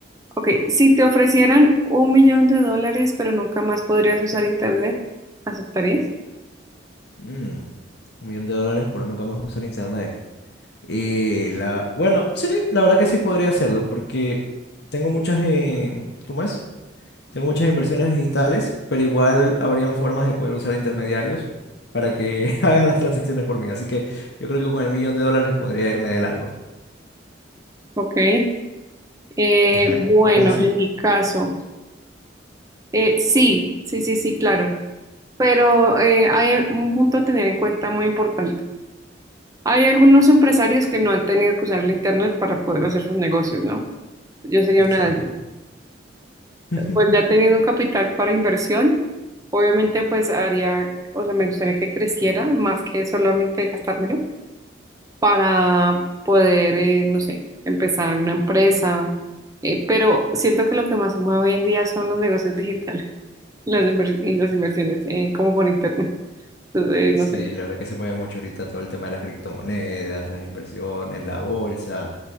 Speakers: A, on the right; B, on the left.
A: Ok, si te ofrecieran un millón de dólares, pero nunca más podrías usar internet, ¿aceptarías?
B: Mm, un millón de dólares por nunca más usar internet. Y la, bueno, sí, la verdad que sí podría hacerlo, porque tengo muchas, eh, ¿cómo es? Tengo muchas inversiones digitales, pero igual habrían formas de poder usar intermediarios para que <laughs> hagan las transacciones por mí. Así que yo creo que con el millón de dólares podría irme de largo.
A: Ok. Eh,
B: Ajá,
A: bueno,
B: ¿en tu caso?
A: en mi caso, eh, sí, sí, sí, sí, claro. Pero eh, hay un punto a tener en cuenta muy importante. Hay algunos empresarios que no han tenido que usar el internet para poder hacer sus negocios, ¿no? Yo sería
B: Exacto.
A: una de esas.
B: <laughs>
A: Pues ya teniendo un capital para inversión, obviamente pues haría, o sea, me gustaría que creciera más que solamente gastármelo para poder, eh, no sé, empezar una empresa. Eh, pero siento que lo que más se mueve hoy en día son los negocios digitales, <laughs> las, inver- y las inversiones, eh, como por internet. Entonces, eh, no
B: Sí,
A: sé,
B: la verdad que se mueve mucho ahorita todo el tema de las criptomonedas, las inversiones, la bolsa,